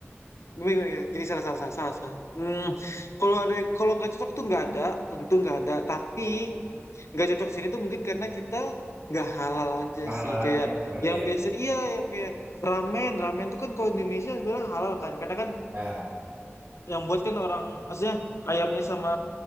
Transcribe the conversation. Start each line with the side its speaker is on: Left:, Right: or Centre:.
Left: Gimana, gimana, gimana? Gini salah salah salah salah. salah. Hmm, kalau ada kalau nggak cocok tuh nggak ada, tentu nggak ada. Tapi nggak cocok sini tuh mungkin karena kita nggak halal aja
Right: Nggak halal
Left: sih. Kayak
Right: aja ya berarti
Left: yang
Right: ya.
Left: biasa iya yang kayak ramen ramen tuh kan kalau di Indonesia sebenarnya halal kan. Karena kan
Right: Ya.
Left: yang buat kan orang maksudnya ayamnya sama